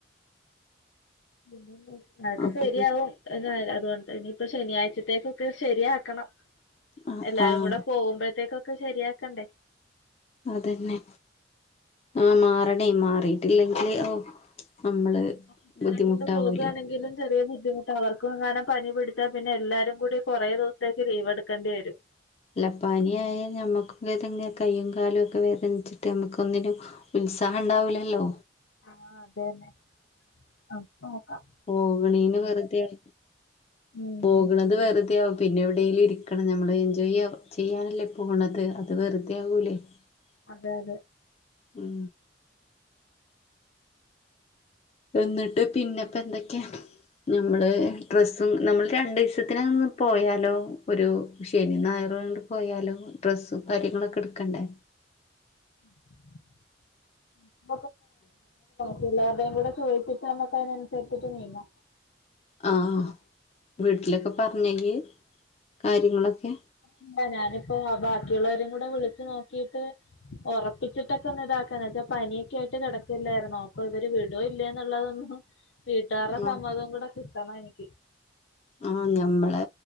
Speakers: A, on the left; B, on the left.
A: പിന്നെ എന്താ അതക്കൊ
B: അപ്പൊ
A: ശരിയാവും എന്ന അതുകൊണ്ട് ഇനിയിപ്പോ ശനിയാഴ്ചത്തേക്കൊക്കെ ശരിയാക്കണം
B: ആഹ്
A: എല്ലാരും
B: ആഹ്
A: കൂടെ പോകുമ്പോ അത്തേക്കെ ശരിയാക്കണ്ടേ
B: അതെന്നെ ആഹ മാറണേ മാറിട്ടില്ലെങ്കില് ഓ നമ്മള്
A: അപ്പൊ കുട്ടികളെ
B: ബുദ്ധിമുട്ടാവൂലേ
A: കൊണ്ട് പോകുകയാണെങ്കിലും ചെറിയ ബുദ്ധിമുട്ട് അവർക്കും അങ്ങനും പനി പിടിച്ച പിന്നെ എല്ലാരും കൂടി കുറേ ദിവസത്തേക്ക് ലീവ് എടുക്കേണ്ടി വരും
B: എല്ലാ പാനിയായാൽ നമ്മുക്ക് ഏതെങ്ങനെ കൈയും കാലുമൊക്കെ വേദനിച്ചിട്ട് നമുക്ക് ഒന്നിനും ഉത്സാഹം ഉണ്ടാവൂല്ലല്ലോ
A: ആഹ അതെ തന്നെ ആഹ നോക്കം
B: പോകണന് വെറുതെും
A: ഉം
B: പോകണത് വെറുതെ ആവും പിന്നെ ഇവിടെ എയിലും ഇരിക്കണം നമ്മൾ എൻജോയ് ചെയ്യാനല്ലേ പോകണത് അത് വെറുതെ ആകൂലേ <unintelligible>
A: അതെ അതെ
B: ഉം എന്നിട്ട് പിന്നെപ്പ എന്തൊക്കെയാ നമ്മള് ഡ്രസ്സും നമ്മൾ രണ്ട് ദിവസത്തിന് പോയാലോ ഒരു ശനി ഞായർ അങ്ങോട്ട് പോയാലോ ഡ്രസ്സും കാര്യങ്ങളും ഓക്കെ എടുക്കണ്ടേ
A: <inaudible> പിള്ളേരെടെയും കൂടെ ചോദിച്ചിട്ട് നമ്മുക്ക് അതിനാനുസരിച്ച് നീങ്ങാം
B: ആഹ് വീട്ടിലൊക്കെ പറഞ്ഞോ ഇയ്യ് കാര്യങ്ങളൊക്കെ
A: ഇല്ല ഞാനിപ്പോ ആ ബാക്കിയുള്ളവരും കൂടെ വിളിച്ചു നോക്കിട്ട് ഉറപ്പിച്ചിട്ടൊക്കെ ഒന്ന് ഇതാക്ക എന്ന വച്ചാ പനിയൊക്കെ ആയിട്ട് കിടക്കില്ലായിരുന്നോ അപ്പൊ ഇവര് വിടോ ഇല്ല എന്നുള്ളതൊന്നും വീട്ടുകാരുടെ
B: ആഹ്
A: സമ്മഥവും കൂടെ കിട്ടണം എനിക്ക്
B: ആ ഞമ്മളെ